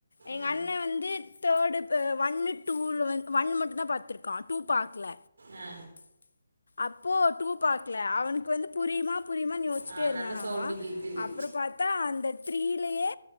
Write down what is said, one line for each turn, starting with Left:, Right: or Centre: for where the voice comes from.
Left: எங்க
Right: ஆ
Left: அண்ண வந்து தேடு வ ஒன்னு டூ ல வந்து ஒன்னு மட்டுதா பாத்திருக்கா டூ பாக்கல
Right: ஆ
Left: அப்போ டூ பாக்கல அவனுக்கு வந்து புரியுமா புரியுமா தெ யோசிச்சுட்டே
Right: ஆ
Left: இருந்தானாம்ம
Right: நல்ல சவுண்டு கேக்குது
Left: அப்பறொ பாத்தா அந்த த்ரி ல்லயே